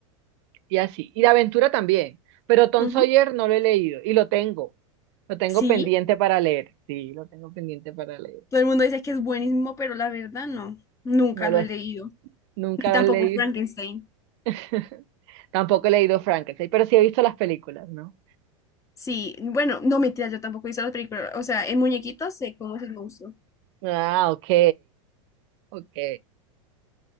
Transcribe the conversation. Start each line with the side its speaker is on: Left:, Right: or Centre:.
Right: y así. Y de aventura también. Pero Tom
Left: Ujú.
Right: Sawyer no lo he leído y lo tengo. Lo tengo
Left: Sí,
Right: pendiente para leer. Sí, lo tengo pendiente para leer.
Left: todo el mundo dice que es buenísimo, pero la verdad no, nunca
Right: No
Left: lo
Right: lo,
Left: he leído,
Right: Nunca
Left: ni tampoco
Right: las leí.
Left: Frankenstein.
Right: <laughs> Tampoco he leído Frankenstein, pero sí he visto las películas, ¿no?
Left: Sí, bueno, no mentira, yo tampoco he visto las películas, o sea, en muñequitos sé cómo es el monstruo.
Right: Ah, ok, ok.